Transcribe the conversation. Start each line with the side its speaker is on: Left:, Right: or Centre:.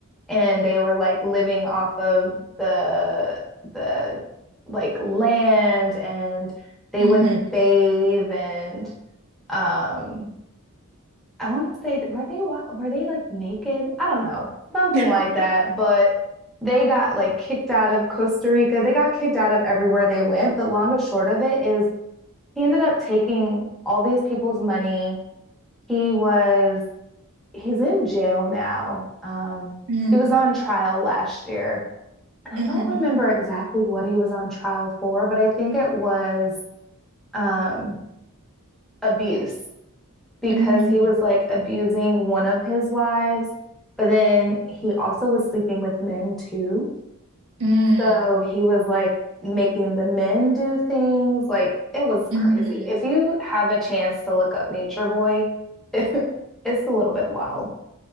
Centre: and they were like living off of the the like land, and they
Right: hmm
Centre: wouldn't bathe, and um, I want to say, were they were they like naked? I don't know, something
Right: <laughs>
Centre: like that, but. They got like kicked out of Costa Rica. They got kicked out of everywhere they went. But long and short of it is, he ended up taking all these people's money he was he's in jail now. Um,
Right: hmm
Centre: he was on trial last year, and I
Right: hmm
Centre: don't remember exactly what he was on trial for, but I think it was um abuse because
Right: Mm,
Centre: he was like abusing one of his wives, but then he also was sleeping with men too.
Right: mm,
Centre: So he was like making the men do things. Like it was crazy.
Right: mm-hmm.
Centre: If you have a chance to look up Nature Boy, <laughs> it's a little bit wild.